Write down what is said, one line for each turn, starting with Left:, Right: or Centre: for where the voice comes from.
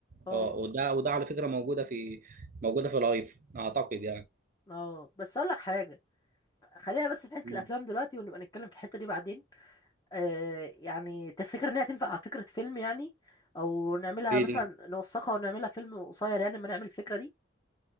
Left: اه
Right: اه وده وده على فكره موجوده في موجوده في الايفون اعتقد يعني
Left: اه بس اقول لك حاجه خلينا بس في حته
Right: مم.
Left: الافلام دلوقتي ونبقى نتكلم في الحته دي بعدين آه يعني تفتكر ان هي تنفع فكره فيلم يعني او نعملها
Right: ايه
Left: مثلا
Right: دي
Left: نوثقها ونعملها فيلم قصير يعني لما نعمل الفكره دي